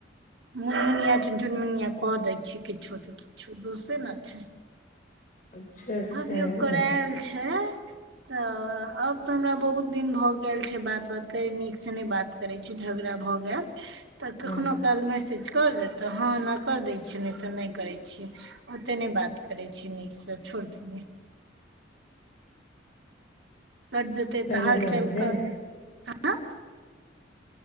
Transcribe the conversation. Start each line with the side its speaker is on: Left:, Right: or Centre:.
Right: मुनमुनिया चुन चुनमुनिया कहऽ दै छियै किछो से किछो दोसे ने छै।
Left: अच्छा अच्छा
Right: अभियो
Left: ई
Right: कर
Left: बात
Right: आल छै त। आब तऽ हमरा बहुत दिन भऽ गेल। गेल छै बात वात कर नीक से नहि बात करै छै झगड़ा भऽ गेल। तऽ कखनो
Left: हँ
Right: काल मैसेज कर देत हँ एना कर देय छिये नहि ते नहि करे छीियै ओते नहि बात करे छी। नीक सब छोड़ दऐ कट देतै
Left: काल्हि
Right: तऽ हालचालके।
Left: जाउ जायब
Right: आ